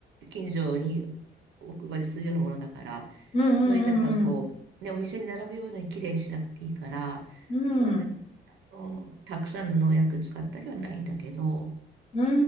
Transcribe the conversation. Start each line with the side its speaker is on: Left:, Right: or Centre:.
Right: 近所にお配りするようなものだから、
Left: うん、うん、
Right: そういうなんかこう、
Left: うん、
Right: ね、お店に並ぶように綺麗にしなくていいから、
Left: うん。
Right: そんのたくさんの農薬使ったりはないんだけど、
Left: う